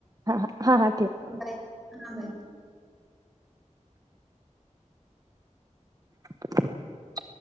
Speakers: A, on the right (about 30°); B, in the centre.
A: हां हां हां हां ठेव
B: बाय हा बाय
A: <inaudible>